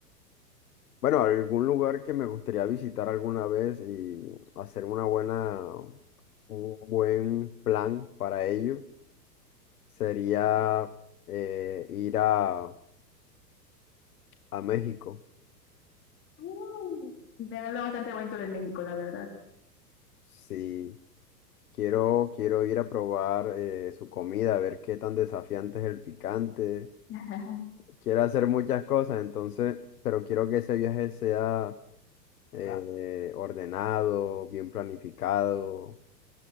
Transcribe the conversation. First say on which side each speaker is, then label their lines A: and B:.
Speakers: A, on the left; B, on the left.
A: Bueno, algún lugar que me gustaría visitar alguna vez y hacer una buena, un buen plan para ello sería eh, ir a A México.
B: Mm, Me han hablado bastante bonito de México, la verdad.
A: Sí, quiero, quiero ir a probar eh, su comida, a ver qué tan desafiante es el picante.
B: <laughs>
A: Quiero hacer muchas cosas, entonces, pero quiero que ese viaje sea Ah, eh, ordenado, bien planificado.